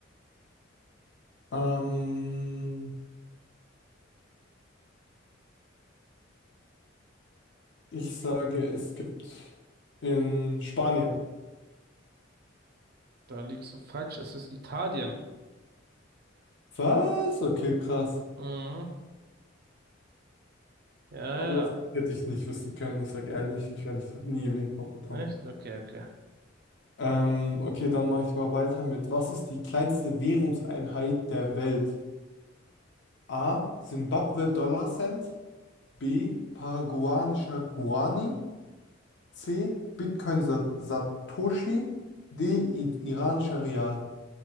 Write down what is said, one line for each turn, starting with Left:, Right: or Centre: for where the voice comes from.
Left: <gasps> Ähm, Ich sage, es gibt in Spanien.
Right: Da liegst du falsch, es ist Italien.
Left: Was? Okay, krass.
Right: Mhm. Ja,
Left: Aber das hätte ich nicht wissen können. Ich sage ehrlich, ich wäre nicht nie im Leben drauf gekommen.
Right: ja, echt? Okay, okay.
Left: Ähm, okay, dann mache ich mal weiter mit, was ist die kleinste Währungseinheit der Welt? A. Simbabwe Dollar Cent. B. Paraguayanischer Guarani. C. Bitcoin Sa Satoshi. D. I iranischer Rial.